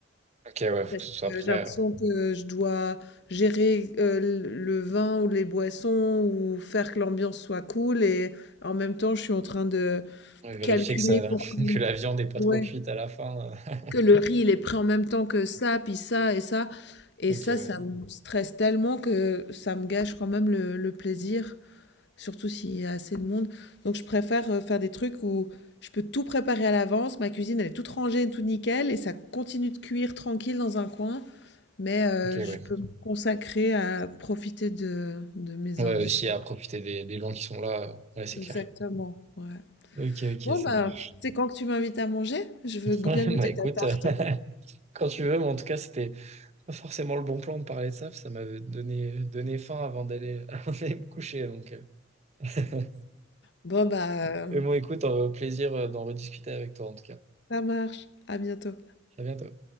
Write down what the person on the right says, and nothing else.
Ok, ouais, faut
que ce soit
prêt.
euh,
ouais, vérifier
que ça,
<laughs>
que la viande est pas trop
cuite à la fin. <laughs> euh.
Ok,
ouais.
Ok,
ouais.
Ouais,
aussi à profiter des, des gens qui sont là. euh. Ouais, c'est
clair.
Ok, ok,
ça
marche.
<laughs>
Bah écoute,
euh, quand tu veux, mais en tout cas, c'était pas forcément le bon plan de parler de ça. parce que Ça m'avait donné, donné faim avant d'aller <laughs> avant d'aller me coucher. Donc, euh. <laughs>
Mais bon, écoute, euh, plaisir euh, d'en rediscuter avec toi, en tout cas.
À bientôt.